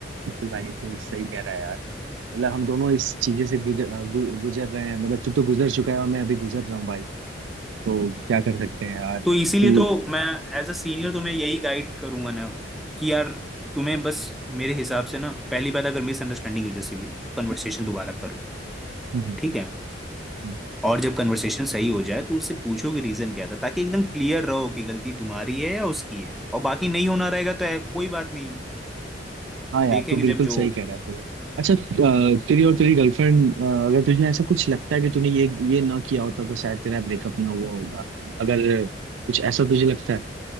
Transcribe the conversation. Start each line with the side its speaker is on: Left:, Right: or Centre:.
Right: बिल्कुल भाई तू सही कह रहा है यार मतलब हम दोनों इस चीजें से गुजर अ, गु, गुजर रहे हैं मतलब तू तो गुजर चुका है और मैं अभी गुजर रहा हूँ भाई तो क्या कर सकते हैं यार
Centre: तो
Right: तू
Centre: इसीलिए तो मैं एज अ सीनियर तुम्हें यही गाइड करूंगा ना कि यार तुम्हें बस मेरे हिसाब से ना पहली बात अगर मिसअंडरस्टैंडिंग की वजह से भी कन्वर्सेशन
Right: हम्म,
Centre: दोबारा करो
Right: हम्म,
Centre: ठीक है
Right: हम्म।
Centre: और जब कन्वर्सेशन सही हो जाए तो उससे पूछो कि रीजन क्या था ताकि एकदम क्लियर रहो कि गलती तुम्हारी है या उसकी है और बाकी नहीं होना रहेगा तो ऐ- कोई बात नहीं
Right: हाँ यार
Centre: देखेंगे
Right: तू बिल्कुल
Centre: जब जो
Right: सही कह रहा है तेरे अच्छा अ, तेरी और तेरी गर्लफ्रेंड अगर तुझे ऐसा कुछ लगता है कि तूने ये ये ना किया होता तो शायद तेरा ब्रेकअप ना हुआ होता अगर कुछ ऐसा तुझे लगता है